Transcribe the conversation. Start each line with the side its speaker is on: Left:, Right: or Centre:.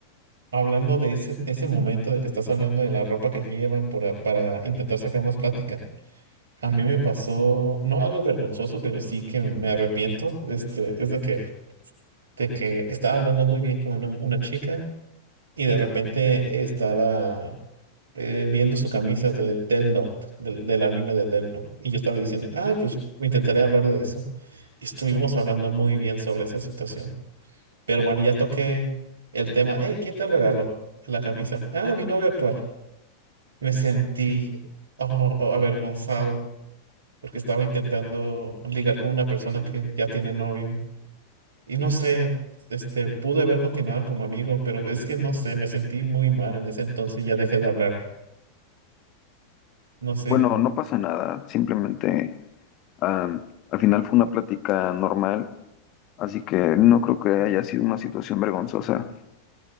Right: Hablando de ese, ese momento de que estás hablando de la ropa que llevan para, para intentar sacar más plática. A mí me pasó, no algo vergonzoso, pero sí que me arrepiento, este, es de que, de que estaba hablando muy bien con una, una chica y de repente estaba eh, viendo su camisa de Death Note, del, del anime de Death Note, y yo estaba diciendo, ah, pues intentaré hablar de eso. Y estuvimos hablando muy bien sobre esa situación. Pero bueno, ya toqué el tema. Hey, ¿quién te regaló la camisa? Ah, mi novio actual. Y me sentí oh, oh, avergonzado porque estaba intentando ligar con una persona que ya tiene novio. Y no sé, este, pude haber continuado como amigo, pero es que no sé, me sentí muy mal en ese entonces y ya dejé de hablarle. No sé.
Left: Bueno, no pasa nada, simplemente am, al final fue una plática normal, así que no creo que haya sido una situación vergonzosa.